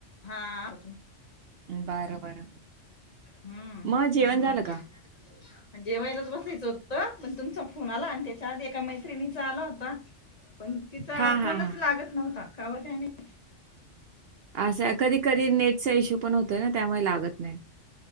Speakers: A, on the left; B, on the right.
A: हा आ.
B: बरं बरं.
A: हम्म
B: मग जेवण
A: हम्म
B: झालं का?
A: जेवायलाच बसायचं होतं, पण तुमचं कुणाला त्याच्या आधी एका मैत्रिणीचा आला होता पण तिचा
B: हां, हां,
A: फोनच
B: हां.
A: लागत नव्हता. कावर काय माहिती.
B: असंय कधी कधी नेटचा इश्यू पण होतोय ना त्यामुळे लागत नाही.